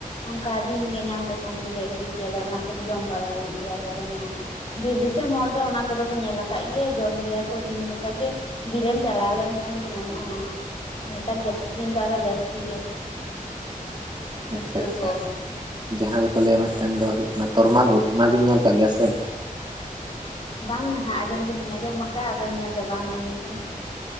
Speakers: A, on the left; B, on the right.
A: ᱚᱱᱠᱟ ᱫᱤᱱ ᱜᱮ ᱧᱟᱢ ᱞᱮᱠᱷᱟᱱ ᱜᱮᱞᱮ ᱟᱹᱜᱩᱭ ᱜᱮᱭᱟ, ᱟᱞᱮ ᱚᱱᱟ ᱠᱚᱫᱚ ᱡᱚᱢ ᱵᱟᱲᱟ ᱦᱩᱭᱩᱜ ᱜᱮᱭᱟ ᱟᱞᱮ ᱫᱚ ᱱᱟᱦᱟᱸᱜ᱾ ᱵᱤᱨ ᱫᱤᱥᱚᱢ ᱦᱚᱲ ᱫᱚ ᱚᱱᱟ ᱠᱚᱫᱚ ᱠᱚ ᱧᱮᱞ ᱟᱠᱟᱫ ᱜᱮᱭᱟ ᱡᱚᱢ ᱜᱮᱭᱟ ᱠᱚ ᱫᱤᱱ ᱞᱮᱠᱟ ᱜᱮ᱾ ᱵᱤᱨ ᱨᱮᱢ ᱪᱟᱞᱟᱣ ᱞᱮᱱᱠᱷᱟᱱ ᱜᱮ ᱧᱟᱢᱚᱜ-ᱟ ᱱᱟᱦᱟᱸᱜ ᱱᱮᱛᱟᱨ ᱡᱟᱹᱯᱩᱫ ᱫᱤᱱ ᱫᱚ ᱟᱨᱦᱚᱸ ᱡᱟᱹᱥᱛᱤ᱾ ᱡᱟᱹᱥᱛᱤ ᱜᱮ᱾ ᱯᱩᱴᱠᱟᱹ
B: ᱟᱪᱪᱷᱟ ᱟᱪᱪᱷᱟ
A: ᱠᱚ
B: ᱡᱟᱦᱟᱸ ᱫᱚᱠᱚ ᱞᱟᱹᱭᱟ ᱢᱤᱫᱴᱮᱱ ᱫᱚ ᱦᱩᱭᱩᱜ ᱠᱟᱱᱟ ᱛᱚᱨᱢᱟᱞ ᱳᱫ ᱚᱱᱟ ᱵᱤᱱ ᱧᱮᱞ ᱟᱠᱟᱫ ᱜᱮᱭᱟ ᱥᱮ?
A: ᱵᱟᱝ ᱱᱟᱦᱟᱜ ᱟᱸᱡᱚᱢ ᱫᱚᱞᱤᱧ ᱟᱸᱡᱚᱢ ᱟᱠᱟᱜᱼᱟ ᱟᱫᱚ ᱧᱮᱞ ᱫᱚ ᱵᱟᱝ ᱦᱩᱭ ᱟᱠᱟᱱᱟ ᱾